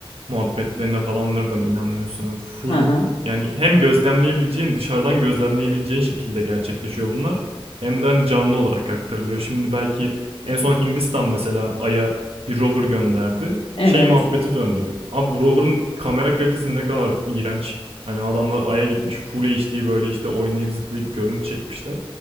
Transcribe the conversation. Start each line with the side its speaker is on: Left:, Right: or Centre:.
Right: muhabbetlerine falandır da mı inanmıyorsun? Yani Full
Left: Hı hı.
Right: yani hem gözlemleyebileceğin dışarıdan gözlemleyebileceğin şekilde gerçekleşiyor bunlar. Hem de hani canlı olarak aktarılıyor. Şimdi belki en son Hindistan mesela Ay'a bir rover gönderdi.
Left: Evet.
Right: Şey muhabbeti döndü. Abi bu rover'ın kamera kalitesi ne kadar iğrenç. Hani adamlar Ay'a gitmiş full HD böyle işte oynayıp zıplayıp görüntü çekmişler.